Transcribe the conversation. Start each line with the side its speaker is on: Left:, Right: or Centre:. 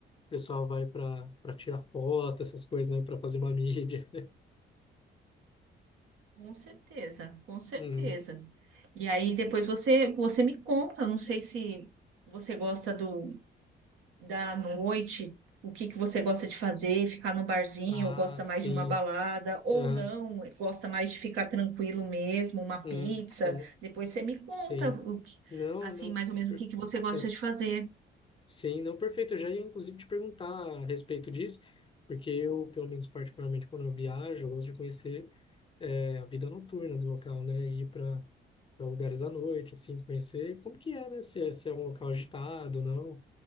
Left: pessoal vai para para tirar foto, essas coisas, né? Para fazer uma mídia. <laughs>
Right: Com certeza, com certeza.
Left: Uhum.
Right: E aí depois você você me conta, não sei se você gosta do da noite, o que que você gosta de fazer, ficar no barzinho,
Left: Ah,
Right: ou gosta
Left: sim.
Right: mais de uma balada, ou
Left: Aham.
Right: não, gosta mais de ficar tranquilo mesmo, uma
Left: Uhum.
Right: pizza.
Left: Uhum.
Right: Depois você me conta
Left: Sim.
Right: o que,
Left: Não,
Right: assim,
Left: não.
Right: mais ou menos
Left: per-
Right: o que que você gosta
Left: é.
Right: de fazer.
Left: Sim, não, perfeito. Eu já ia, inclusive, te perguntar a respeito disso, porque eu, pelo menos particularmente, quando eu viajo, eu gosto de conhecer é, a vida noturna do local, né? Ir para para lugares à noite, assim, conhecer como que é, né? Se é, se é um local agitado, não.